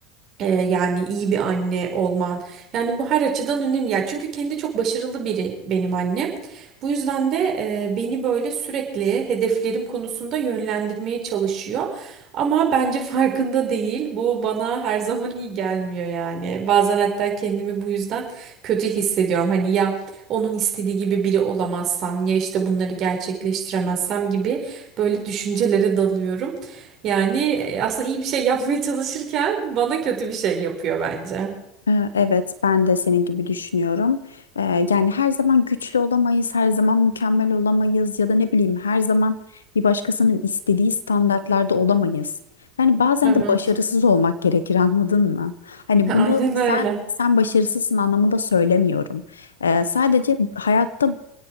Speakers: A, on the right; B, on the left.
A: e, yani iyi bir anne olman. Yani bu her açıdan önemli. Ya çünkü kendi çok başarılı biri benim annem. Bu yüzden de e, beni böyle sürekli hedeflerim konusunda yönlendirmeye çalışıyor. Ama bence farkında değil. Bu bana her zaman iyi gelmiyor yani. Bazen hatta kendimi bu yüzden kötü hissediyorum. Hani ya onun istediği gibi biri olamazsam ya işte bunları gerçekleştiremezsem gibi böyle düşüncelere dalıyorum. Yani e, aslında iyi bir şey yapmaya çalışırken bana kötü bir şey yapıyor bence.
B: Ee, Evet, ben de senin gibi düşünüyorum. Ee, yani her zaman güçlü olamayız, her zaman mükemmel olamayız ya da ne bileyim her zaman bir başkasının istediği standartlarda olamayız. Yani bazen
A: Evet.
B: de başarısız olmak gerekir, anladın mı? Hani
A: <laughs>
B: bunu
A: Aynen
B: sen
A: öyle.
B: sen başarısızsın anlamında söylemiyorum. Ee, sadece hayatta